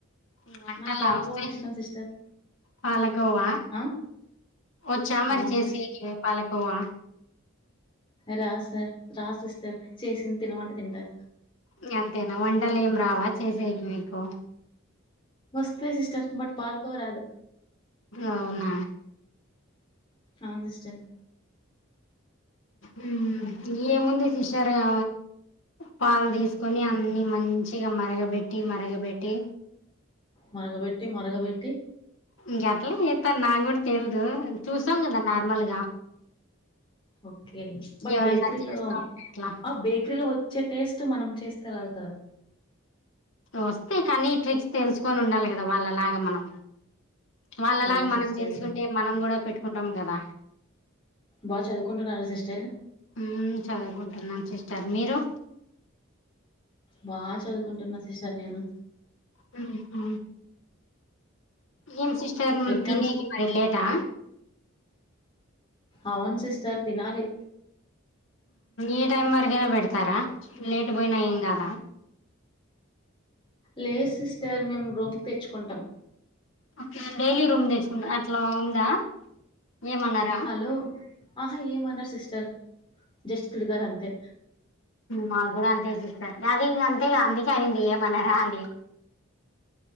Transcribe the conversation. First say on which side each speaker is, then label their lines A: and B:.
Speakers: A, on the left; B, on the left.
A: మ్ వంటల
B: నాకు పాలకోవ
A: వస్తాయి
B: అంటే ఇష్టం
A: సిస్
B: సిస్టర్
A: పాలకోవ
B: ఆ
A: వచ్చా మరి
B: అవును
A: చేసికి పాలకోవా
B: రాద్ సార్ రాద్ సిస్టర్ చేసింది తినమంటే తింటా
A: ఇంగ అంతేనా వంటలు ఏం రావా చేసేకి మీకు
B: వస్తాయి సిస్టర్ బట్ పాలకోవ రాదు
A: అవునా
B: అవును సిస్టర్
A: మ్ మ్ ఏముంది సిస్టర్ ఇగ పాలు తీసుకొని అన్ని మంచిగా మరగబెట్టి మరగబెట్టి
B: మరగబెట్టి మరగబెట్టి
A: ఇంగ అట్లే చెత్తారు నాకు కూడ తెలిదు చూసాం కదా నార్మల్ గా
B: ఓకే బట్
A: ఎవరన్నా
B: బేకిరిలో
A: చేస్తా
B: అ బేక
A: ఉంటే అట్లా
B: బేకరిలో వచ్చే టేస్ట్ మనం చేస్తే రాదు కదా?
A: వస్తాయి కానీ ట్రిక్స్ తెలుసుకొని ఉండాలి కదా వాళ్ళలాగా మనం. వాళ్ళలాగ
B: అవును
A: మనం
B: సిస్టర్
A: తెలుసుకుంటే మనం కూడా పెట్టుకుంటాం కదా.
B: బా చదువుకుంటున్నారా సిస్టర్.
A: మ్ చదువుకుంటున్నాం సిస్టర్. మీరు
B: బా చదువుకుంటున్నా సిస్టర్ నేను.
A: కుహు. ఏం సిస్టర్
B: ఎగ్జామ్స్
A: తినేకి మరి లేేటా?
B: అవును సిస్టర్ తినాలి.
A: ఏ టైం వరకైనా పెడతారా లేట్ పోయినా ఏం కాదా?
B: లేదుసిస్టర్ మేము రూమ్కి తెచ్చుకుంటాం.
A: ఓకే డైలీ రూమ్ తెచ్చుకుంటా అట్లా ఉందా. ఏమన్నారా
B: హలో ఆహా ఏమ అనరు సిస్టర్ జస్ట్ తిడతారు అంతే
A: మాకు కూడా అంతే సిట్టర్ అది ఇంక అంతే అందుకే అనింది ఏమీ అనరా అని